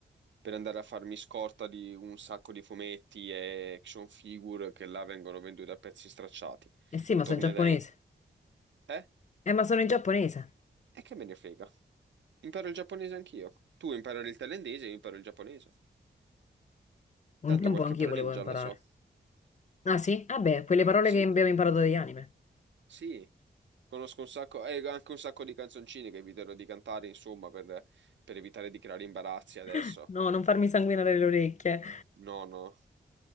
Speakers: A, on the right (about 75°); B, on the left (about 40°).
A: per andare a farmi scorta di un sacco di fumetti e action figure che là vengono venduti a pezzi stracciati.
B: Eh sì, ma
A: Tornerei.
B: sono in giapponese.
A: Eh?
B: Eh, ma sono in giapponese.
A: E che me ne frega? Imparo il giapponese anch'io. Tu imparo il thailandese, io imparo il giapponese. Tanto
B: Un tempo
A: qualche
B: anch'io
A: parolina
B: volevo
A: già
B: imparare.
A: la so.
B: Ah sì? Ah beh, quelle parole
A: Sì,
B: che abbiamo imparato dagli anime.
A: sì. Conosco un sacco, e anche un sacco di canzoncine che eviterò di cantare, insomma, per, per evitare di creare imbarazzi adesso.
B: <laughs> No, non farmi sanguinare le orecchie.
A: No, no.